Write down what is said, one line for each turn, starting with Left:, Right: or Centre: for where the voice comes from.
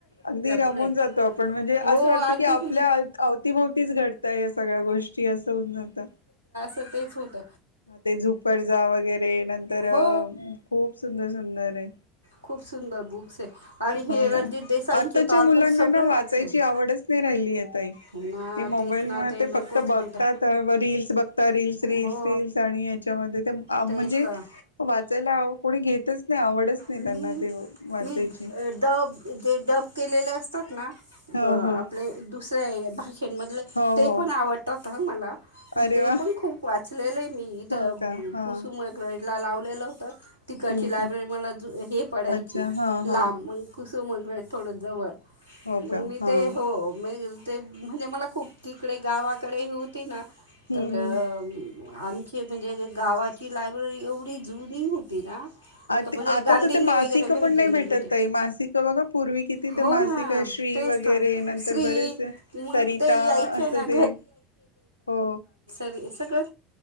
Left: अगदी रमून
Right: पुढे
Left: जातो आपण म्हणजे
Right: हो
Left: असं वाटतं
Right: अगदी
Left: की आपल्या
Right: म्हणजे
Left: अवत.. अवतीभवतीच घडतय या सगळ्या गोष्टी असं होऊन जात
Right: अ. तेच होत
Left: ते झुपर्जा वगैरे नंतर
Right: हो
Left: खूप सुंदर सुंदर आहे
Right: खूप सुंदर बुक्स आहे आणि
Left: हो
Right: हे रणजित
Left: ना
Right: देसाईंचे
Left: आताच्या
Right: तर ऑलमोस्ट
Left: मुलांना
Right: सगळे
Left: ना वाचायची
Right: वाचले मी.
Left: आवडच नाही राहिलीय ताई
Right: हो ना
Left: हे मोबाईल
Right: तेच ना
Left: मध्ये ते
Right: नकोच
Left: फक्त
Right: म्हणता
Left: बघतात रील्स फक्त रील्स रील्स
Right: हो
Left: रील्स आणि याच्यामध्ये त.. म्हणजे
Right: तेच तर
Left: वाचायला ह कोणी घेतच नाही आवडच नाही
Right: मी
Left: त्यांना ते वाचायची.
Right: मी डब जे डब केलेले असते तात ना
Left: ह
Right: व आपले
Left: ह
Right: दु. सये.. भाह् मधलं
Left: हो हो
Right: पण आवडतात तह मला मी
Left: अरे
Right: ते
Left: वा
Right: पण खूप वाचलेलं आहे मी ते
Left: हो का हा.
Right: कुसुमाग्रज ला.. लावलेलं होतं तीकडची
Left: हम्म
Right: लायब्ररी
Left: हम्म
Right: मला हे पडायची
Left: अच्छा हा
Right: ला
Left: हा
Right: म कुस. च मज वेळ थोडं जवळ
Left: हो
Right: म
Left: का
Right: मी
Left: हा
Right: ते हो मधील.. ते म्हणजे मला खूप तिकडे गावाकडे होती ना
Left: हम्म
Right: तर अ.
Left: हम्म.
Right: म.. आमची म्हणजे गावाची लायब्ररी एवढी जुनी होती ना
Left: <inaudible> आत
Right: तर म्हणजे
Left: आता
Right: गांधींनी
Left: तर ते मासिक
Right: वगैरे भेट
Left: पण नाही
Right: दिलेली
Left: भेटत
Right: होती
Left: ताई मासिक बघा पूर्वी किती तिथे
Right: हो
Left: मासिक
Right: ना
Left: श्री
Right: तेच
Left: वगैरे
Right: तर
Left: नंतर
Right: श्री
Left: बरेचसे
Right: मग
Left: सरिता
Right: ते यायचे
Left: असं
Right: ना
Left: ते हो
Right: सगळं